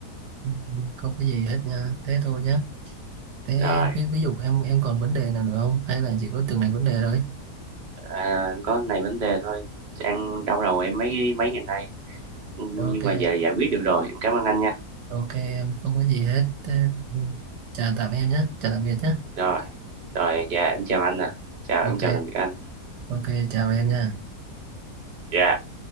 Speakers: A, on the right; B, on the right.
A: Ừ, không có gì hết nha thế thôi nhá thế
B: Rồi,
A: ví, ví dụ em em còn vấn đề nào nữa không hay là chỉ có từng này vấn đề thôi
B: à, có này vấn đề thôi, đang đau đầu em mấy mấy ngày nay, nhưng
A: ok
B: mà giờ giải quyết được rồi. Em cảm ơn anh nha.
A: Ok em không có gì hết Thế, ừ, Chào tạm em nhé Chào tạm biệt nhé
B: Rồi. Rồi, dạ em chào anh ạ. À. Chào,
A: Ok
B: em chào tạm biệt anh.
A: Ok chào em nha
B: Dạ.